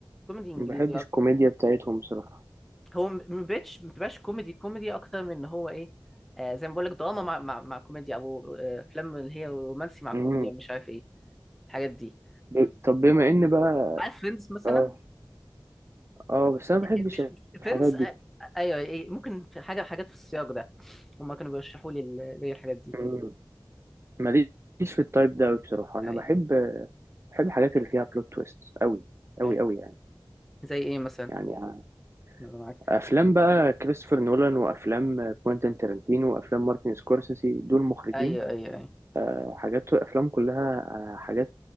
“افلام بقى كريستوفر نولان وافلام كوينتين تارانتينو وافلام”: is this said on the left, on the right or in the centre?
Right